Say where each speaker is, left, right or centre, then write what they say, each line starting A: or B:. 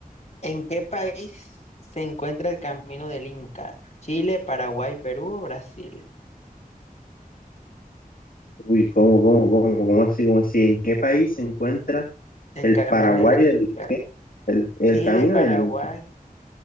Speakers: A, on the left; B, on the left.
A: ¿En qué país se encuentra el Camino del Inca? Chile, Paraguay, Perú o Brasil.
B: Uy, ¿cómo, cómo, cómo, cómo así, cómo así? ¿En qué país se encuentra
A: El
B: el
A: Camino
B: Paraguay
A: del Inca.
B: del qué? El, el
A: Chile,
B: camino
A: Paraguay.
B: del Inca.